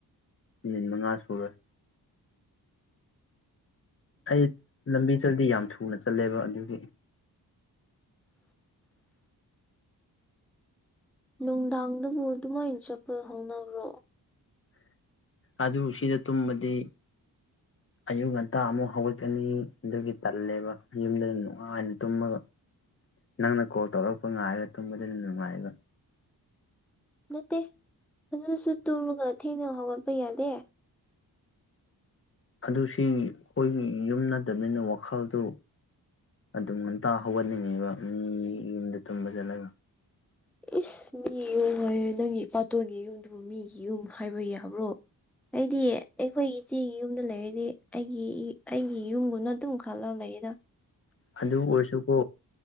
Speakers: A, on the left (about 35°); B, in the centre.
A: ꯃꯤꯅꯤꯠ ꯃꯉꯥ ꯁꯨꯔꯣꯏ ꯑꯩ ꯂꯝꯕꯤ ꯆꯠꯂꯗꯤ ꯌꯥꯝ ꯊꯨꯅ ꯆꯠꯂꯦꯕ ꯑꯗꯨꯒꯤ
B: ꯅꯨꯡꯗꯥꯡꯗꯨꯕꯨ ꯑꯗꯨꯃꯥꯏꯅ ꯆꯠꯄ ꯍꯧꯅꯕ꯭ꯔꯣ
A: ꯑꯗꯨ ꯁꯤꯗ ꯇꯨꯝꯃꯗꯤ
B: <inaudible>
A: ꯑꯌꯨꯛ ꯉꯟꯇꯥ ꯑꯃꯨꯛ ꯍꯧꯒꯠꯀꯅꯤ ꯑꯗꯨꯒꯤ ꯇꯜꯂꯦꯕ ꯌꯨꯝꯗꯨꯗ ꯅꯨꯡꯉꯥꯏꯅ ꯇꯨꯝꯃꯒ ꯅꯪꯅ ꯀꯣꯜ ꯇꯧꯔꯛꯄ ꯉꯥꯏꯔ ꯇꯨꯝꯕꯗꯨꯅ ꯅꯨꯡꯉꯥꯏꯕ
B: ꯅꯠꯇꯦ ꯑꯗꯨꯁꯨ ꯇꯨꯝꯃꯥꯒ ꯊꯦꯡꯅ ꯍꯧꯒꯠꯄ ꯌꯥꯗꯦ
A: ꯑꯗꯨ ꯁꯤꯒꯤ ꯑꯈꯣꯏꯒꯤ ꯌꯨꯝ ꯅꯠꯇꯃꯤꯅ ꯋꯥꯈꯜꯗꯨ ꯑꯗꯨꯝ ꯉꯟꯇꯥ ꯍꯧꯒꯠꯅꯤꯡꯉꯦꯕ ꯃꯤ ꯌꯨꯝꯗ ꯇꯨꯝꯕ ꯆꯠꯂꯒ
B: ꯏꯁ ꯃꯤ ꯌꯨꯝ ꯍꯥꯏꯌꯦ ꯅꯪꯒꯤ ꯏꯄꯥꯇꯣꯟꯒꯤ ꯌꯨꯝꯗꯨꯕꯨ ꯃꯤꯒꯤ ꯌꯨꯝ ꯍꯥꯏꯕ ꯌꯥꯕ꯭ꯔꯣ ꯑꯩꯗꯤ ꯑꯩꯈꯣꯏꯒꯤ ꯏꯆꯦꯒꯤ ꯌꯨꯝꯗ ꯂꯩꯔꯗꯤ ꯑꯩꯒꯤ ꯑꯩꯒꯤ ꯌꯨꯝꯕꯨꯅ ꯑꯗꯨꯝ ꯈꯜꯂ ꯂꯩꯗ
A: ꯑꯗꯨ ꯑꯣꯏꯔꯁꯨꯀꯣ